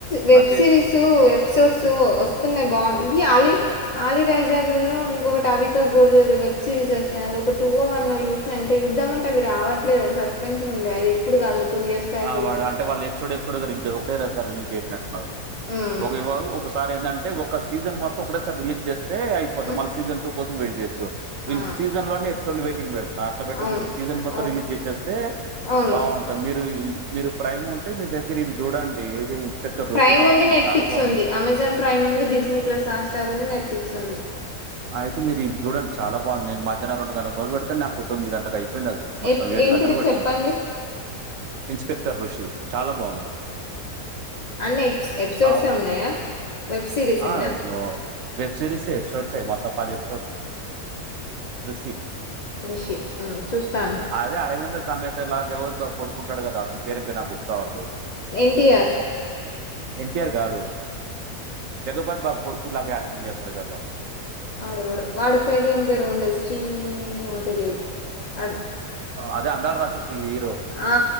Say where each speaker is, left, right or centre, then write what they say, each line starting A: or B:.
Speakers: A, on the left (about 85°); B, on the right (about 70°).
A: వెబ్ సిరీస్
B: చేసి
A: ఎపిసోడ్స్ వస్తున్నాయి బాగు ఈ అలీ అలీ <inaudible> ఒక టవీకూడదు వెబ్ సిరీస్ వచ్చినా అ ఒక టూ ఓ వన్ ఓ చూసిన ఇంకా చూద్దామ్ అంటే అవి రావట్లేదు సస్పెన్స్ ఉండే ఆది ఇప్పుడు కాదు టూ ఇయర్స్ బ్యాక్
B: ఆ
A: చూసినా
B: వాడు అంటే వాళ్ళ ఎపిసోడ్ ఎపిసో రిలీజ్ ఒకటే సారీ రిలీజ్ చేసినట్టున్నారు
A: ఉమ్.
B: ఒక ఏమో ఒకసారి ఏంది అంటే ఒక సీజన్ మొత్తం ఒకటేసారి రిలీజ్ చేస్తే అయిపోతం
A: ఉమ్.
B: మల్ల సీజన్ టూ కోసం వెయిట్ చేస్త
A: ఆ.
B: వీళ్ళ సీజన్ లోనే ఎపిసోడ్ వెయిటింగ్ పెడ్తర్ర్ నా అట్లా పెట్టకూడదు
A: అవును
B: సీజన్ మొత్తం
A: అవును
B: రిలీజ్ చేసేస్తే
A: అవును
B: బాగుంటది మీర్ మీరు ప్రైమ్ ఉంటే మీ దగ్గర ఈ చూడండి ఏది ఇన్స్పెక్టర్
A: ప్రైమ్
B: ఋషి బావుంది.
A: ఉంది నెట్ఫ్లిక్స్
B: చాలా బావుంది.
A: ఉంది అమెజాన్ ప్రైమ్ ఉంది డిజిననీ ప్లస్ హాట్ స్టార్ ఉంది నెట్ఫ్లిక్స్ ఉంది
B: అయితే మీరు ఇది చూడి చాలా బాగు నేను మధహ్న రెండు గంటలకు మొదలు పెడితేను నాకు తొమ్మి గంట అయితే యిందిలిసి మొత్తం
A: ఎప్
B: ఏడు
A: ఏంటిది
B: గంటలు పట్టింది
A: చెప్పండి
B: ఇన్స్పెక్టర్ రుషి చాలా బాగుంది
A: అన్ని ఎపిసోడ్సే
B: బావుంది.
A: ఉన్నాయా వెబ్ సిరీసేన
B: ఆ! జో వెబ్ సిరీస్ ఎ ఎపిసోడ్స్ ఏ మొత్తం పది ఎపిసోడ్ క్రిష
A: రిషి ఉమ్ చూస్తాను
B: అదే 'అరవింద సమేతలా జగత్ కు ఓ కొడుకుంటాడు కదా అతని పేరు ఏం పేరో నాకు గుర్తు రావట్లేదు
A: ఎన్టీఆర్
B: ఎన్టీఆర్ కాదు జగపత్ బాబు కొడుకులాగా యాక్టింగ్ చేస్తాడు కదా
A: వాడెవడో వాడిపేరు ఏం పేరో ఉండే స్టీ ఏమో తెలియదు అది
B: అదే అందాల రాక్షస్స్ సి హీరో
A: ఆ